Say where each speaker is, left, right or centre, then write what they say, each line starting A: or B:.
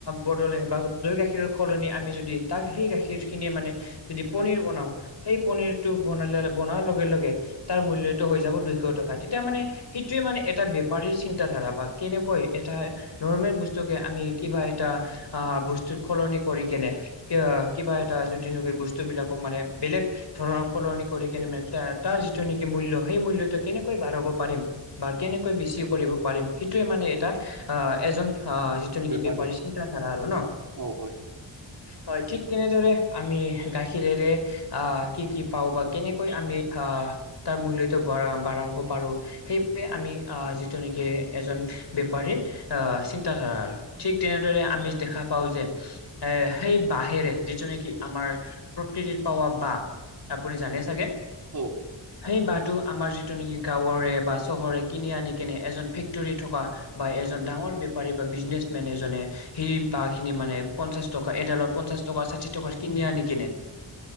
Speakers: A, on the left; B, on the right.
A: বদলে বা দৈ, গাখীৰৰ সলনি আমি যদি তাক সেই গাখীৰ খিনিয়ে মানে যদি পনীৰ বনাওঁ সেই পনীৰটো বনালে বনোৱাৰ লগে -লগে তাৰ মূল্যটো হৈ যাব দুইশ টকা তেতিয়া মানে সেইটোৱে মানে এটা বেপাৰীৰ চিন্তা ধাৰা বা কেনেকৈ এটা নৰ্মেল বস্তুকে আমি কিবা এটা আহ, বস্তুত সলনি কৰি কেনে কিয় কিবা এটা যদি নকৈ বস্তু বিলাকক মানে বেলেগ ধৰ সলনি কৰি কেনে মানে তাৰ যিটো নেকি মূল্য, সেই মূল্যটো কেনেকৈ বঢ়াব পাৰিম। বা কেনেকৈ বেছি কৰিব পাৰিম সেইটোয়ে মানে এটা আহ এজন আহ যি নেকি
B: বেপাৰীৰ
A: বেপাৰ চিন্তাধাৰা আৰু ন,
B: অ হয়
A: হয়, ঠিক তেনেদৰে আমি গাখীৰ গাখীৰেৰে আহ কি কি পাওঁ বা কেনেকৈ আমি আহ তাৰ মূল্যটো বঢ়া বঢ়াব পাৰোঁ। সেইবাবে আমি আহ, যিটো নেকি এজন বেপাৰীৰ আহ, চিন্তাধাৰাৰ ঠিক তেনেদৰে আমি দেখা পাওঁ যে এ সেই বাঁহেৰে যিটো নেকি আমাৰ প্ৰকৃতিৰ পাৱা বাঁহ, আপুনি জানে চাগে?
B: অ
A: সেই বাঁহটো আমাৰ যিটো নেকি গাঁৱৰে বা চহৰে কিনি আনি কিনে, এজন ফেক্টৰী থকা বা এজন ডাঙৰ বেপাৰী বা বিজনেছ মেন এজনে সেই বাঁহখিনি মানে পঞ্চাশ টকা এডালত পঞ্চাশ টকা, ষাঠি টকাৰ কিনি আনি কিনে